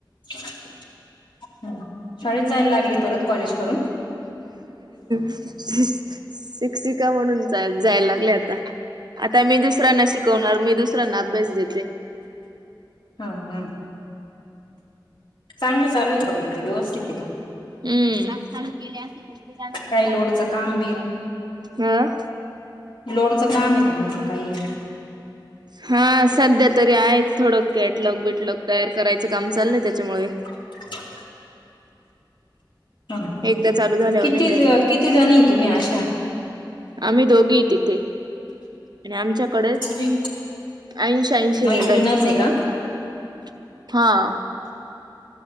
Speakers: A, on the left (about 75°); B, on the right (about 60°).
A: हं शाळेंत जायलां लागली परंत कॉलेज करूंन
B: शिक्षिकां म्हणूंन जांय लागलें आतां आतां मी दुसऱ्यांना शिकवणांर मी दुसऱ्यांना अभ्यांस देते
A: हं हं चांगलं चालूं आहे कां मंग ते व्यवस्थितं आहे कां
B: हं ते चालूं केले असदं चालूं
A: काही लोडचं
B: झाले असतें
A: काम
B: कायं
A: बी
B: हं
A: लोडचं कामं आहे कां म्हंटलं कांहीं
B: हां संध्या तरी आहेचं थोडं कॅटलॉग बिटलॉग तयार करायचं कामं चालयं त्यांच्यामुळे
A: अच्छा हां हं
B: एकदा चालू झाल्यावर
A: किती
B: नाही काही
A: किती जणीं तुम्हीं अशा
B: आम्हीं दोघी तिथे आणि आमच्यांकडे
A: तुझी
B: ऐंशी ऐंशी
A: मैत्रिणच
B: मुलं आहेत
A: आहे का
B: हां